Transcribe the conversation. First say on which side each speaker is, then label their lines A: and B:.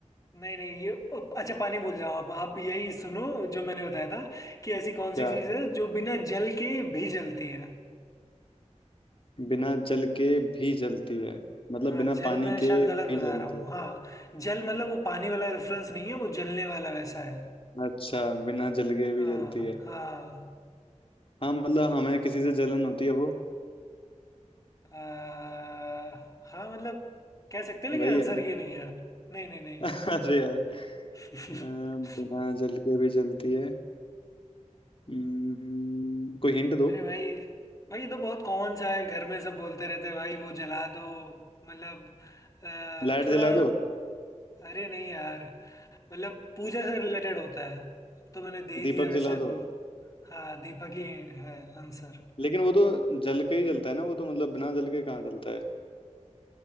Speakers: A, on the left; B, on the left.
A: नहीं नहीं ये अच्छा पानी भूल जाओ आप आप यही सुनो जो मैंने बताया था कि ऐसी कौन
B: क्या
A: सी चीज़ है जो बिना जल के भी जलती है
B: बिना जल के भी जलती है मतलब
A: हाँ
B: बिना
A: जल
B: पानी
A: मैं शायद
B: के
A: गलत
B: भी
A: बता
B: जलती
A: रहा हूँ
B: है
A: हाँ जल मतलब वो पानी वाला रेफरेंस नहीं है वो जलने वाला वैसा है
B: अच्छा बिना जल के भी
A: हाँ
B: जलती है
A: हाँ
B: हाँ मतलब हमें किसी से जलन होती है वो
A: आ, हाँ मतलब कह सकते हैं
B: वही
A: लेकिन आंसर
B: है ना
A: ये नहीं है नहीं नहीं
B: <laughs> अरे यार
A: नहीं
B: अ,
A: <laughs>
B: बिना जल के भी जलती है हम्म, कोई हिंट दो
A: अरे भाई भाई ये तो बहुत कॉमन सा है घर में सब बोलते रहते हैं भाई वो जला दो मतलब अ,
B: लाइट
A: थोड़ा
B: जला दो
A: अरे नहीं यार मतलब पूजा से रिलेटेड होता है अब तो मैंने दे ही
B: दीपक
A: दिया वैसे
B: जला
A: अब
B: दो
A: हाँ दीपक ही है आंसर
B: लेकिन वो तो जल के ही जलता है ना वो तो मतलब बिना जल के कहाँ जलता है